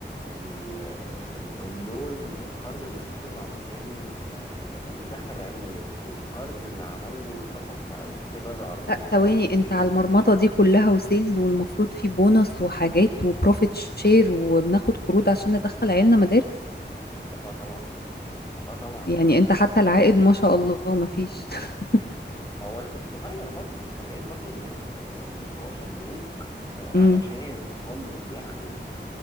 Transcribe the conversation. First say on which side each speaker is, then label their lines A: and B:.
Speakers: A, on the left (about 20°); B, on the left (about 60°).
A: ال- ال- اللون القرض اللي خده علشان آه، يدخل عيال مدارس والقرض اللي عمل له توب اب علشان يغير عربية
B: لا ثواني
A: وال
B: انت على المرمطة دي كلها وسيلز والمفروض في بونص وحاجات وبروفيت شير وبناخد قروض عشان ندخل عيالنا مدارس
A: اه طبعا اه طبعا
B: يعني انت
A: اصل
B: حتى
A: انت خلي
B: العائد
A: بالك
B: ما شاء الله مفيش <laughs>
A: ما هو انا كنت صغير برضو بس خلي بالك برضو ان ان ان هو في البنوك آه، علشان
B: امم
A: هم بياخدوا